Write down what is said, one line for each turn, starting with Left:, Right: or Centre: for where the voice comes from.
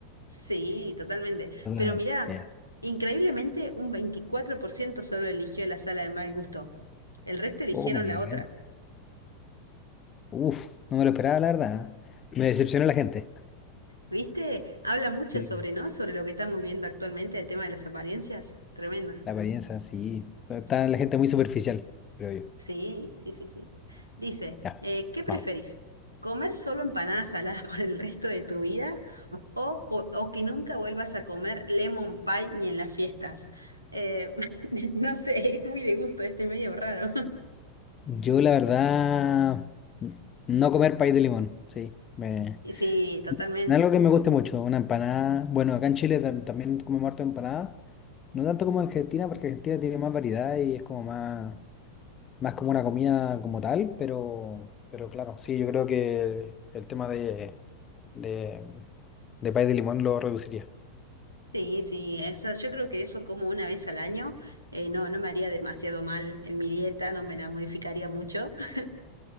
Right: Sí, totalmente.
Left: Totalmente.
Right: Pero mirá,
Left: Bien.
Right: increíblemente un 24% solo eligió la sala de mal gusto. El resto eligieron
Left: Oh, muy
Right: la otra.
Left: bien. Uf, no me lo esperaba, la verdad. ¿eh? Me decepcionó la gente.
Right: ¿Viste? Habla mucho
Left: Sí.
Right: sobre, ¿no? Sobre lo que estamos viendo actualmente, el tema de las apariencias. Tremendo.
Left: La apariencia, sí. Está
Right: Sí,
Left: está la gente muy superficial, creo yo.
Right: sí, sí, sí, sí. Dice,
Left: Ya,
Right: eh, ¿qué preferís?
Left: vamos.
Right: ¿Comer solo empanadas saladas <laughs> por el resto de tu vida o, co- o que nunca vuelvas a comer lemon pie ni en las fiestas? Eh, <laughs> no sé, es muy de gusto, este medio raro.
Left: Yo, la verdad, n- no comer pay de limón, sí. Me...
Right: Y Sí, totalmente.
Left: No Es algo que me gusta mucho, una empanada. Bueno, acá en Chile tam- también comemos harto empanada. No tanto como en Argentina, porque Argentina tiene más variedad y es como más, más como una comida como tal, pero, pero claro, sí, yo creo que el tema de, de, de pay de limón lo reduciría.
Right: Sí, sí, esa, yo creo que eso como una vez al año eh, no, no me haría demasiado mal en mi dieta, no me la modificaría mucho. <laughs>